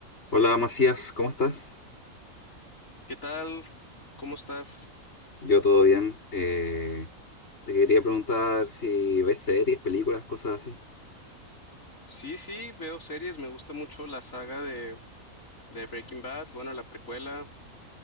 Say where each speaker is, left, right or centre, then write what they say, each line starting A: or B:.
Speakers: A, on the left; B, on the left.
A: Hola Macías, ¿cómo estás?
B: ¿Qué tal? ¿Cómo estás?
A: Yo todo bien. Eh, te quería preguntar si ves series, películas, cosas así.
B: Sí, sí, veo series, me gusta mucho la saga de, de Breaking Bad, bueno, la precuela